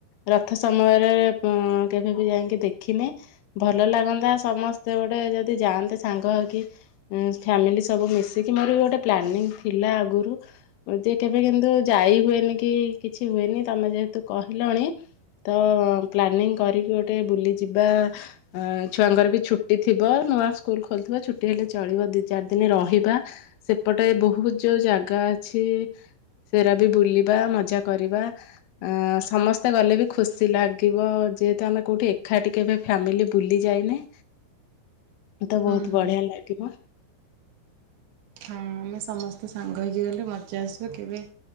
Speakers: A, on the left; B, on the right.
A: ରଥ ସମୟରେ ପୁଂ କେବେ ବି ଯାଇଙ୍କି ଦେଖିନେ। ଭଲ ଲାଗନ୍ତା ସମସ୍ତେ ଗୋଟେ ଯଦି ଯାଆନ୍ତେ ସାଙ୍ଗ ହେଇକି। ଉଁ ଫ୍ୟାମିଲି ସବୁ ମିଶିକି ମୋରବି ଗୋଟେ ପ୍ଲାନିଂ ଥିଲା ଆଗରୁ। ଜେ କେବେ କିନ୍ତୁ ଯାଇ ହୁଏନି କି କିଛି ହୁଏନି ତମେ ଯେହେତୁ କହିଲଣି ତ ପ୍ଲାନିଂ କରିକି ଗୋଟେ ବୁଲିଯିବା। ଆଁ ଛୁଆଙ୍କର ବି ଛୁଟି ଥିବ। ନୂଆ ସ୍କୁଲ ଖୋଲୁଥିବ। ଛୁଟି ହେଲେ ଚଳିବ ଦୁଇ ଚାରି ଦିନ ରହିବା। ସେପଟେ ବହୁତ ଯୋଉ ଜାଗା ଅଛି। ସେରା ବି ବୁଲିବା ମଜା କରିବା। ଆ ସମସ୍ତେ ଗଲେ ବି ଖୁସି ଲାଗିବ ଯେହେତୁ ଆମେ କୋଉଠି ଏକାଠି କେବେ ଫ୍ୟାମିଲି ବୁଲି ଯାଇନେ। ତ ବହୁତ
B: ହୁଁ
A: ବଢିଆ ଲାଗିବ।
B: ହଁ ଆମେ ସମସ୍ତେ ସାଙ୍ଗ ହୋଇଇକି ଗଲେ ମଜା ଆସିବ। କେବେ